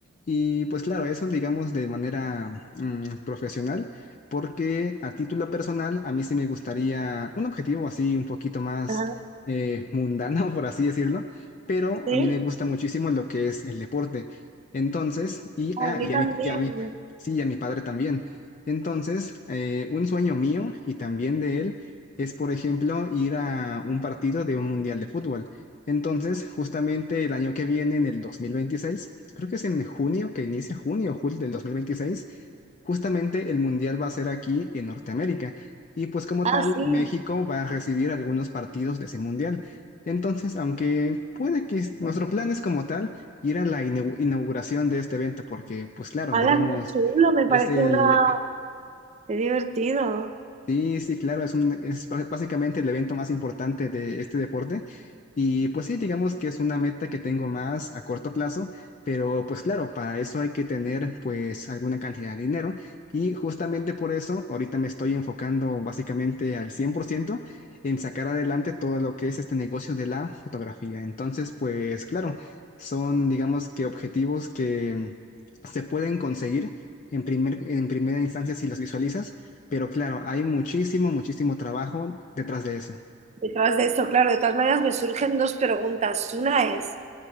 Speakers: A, on the left (about 35°); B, on the right (about 30°).
A: Y pues claro, eso digamos de manera mm, profesional, porque a título personal a mí sí me gustaría un objetivo así un poquito más
B: Ajá,
A: eh, mundano, <laughs> por así decirlo, pero
B: sí.
A: a mí me gusta muchísimo lo que es el deporte. Entonces, y,
B: a
A: ah,
B: mí
A: y
B: también.
A: a mi, y a mi- sí, y a mi padre también. Entonces, eh, un sueño mío y también de él es, por ejemplo, ir a un partido de un mundial de fútbol. Entonces, justamente el año que viene, en el 2026 creo que es en junio, que inicia junio o julio del 2026 justamente el Mundial va a ser aquí en Norteamérica. Y pues como
B: Ah,
A: tal,
B: sí.
A: México va a recibir algunos partidos de ese Mundial. Entonces, aunque puede que es- nuestro plan es como tal ir a la inau- inauguración de este evento, porque pues claro,
B: ¡Hala,
A: digamos,
B: qué chulo! Me parece
A: es el,
B: una... Qué divertido.
A: Sí, sí, claro, es un, es prá- básicamente el evento más importante de este deporte. Y pues sí, digamos que es una meta que tengo más a corto plazo, pero pues claro, para eso hay que tener pues alguna cantidad de dinero y justamente por eso ahorita me estoy enfocando básicamente al 100% en sacar adelante todo lo que es este negocio de la fotografía. Entonces, pues claro, son digamos que objetivos que se pueden conseguir en primer, en primera instancia si los visualizas pero claro, hay muchísimo, muchísimo trabajo detrás de eso.
B: Detrás de eso, claro, de todas maneras me surgen dos preguntas. Una es,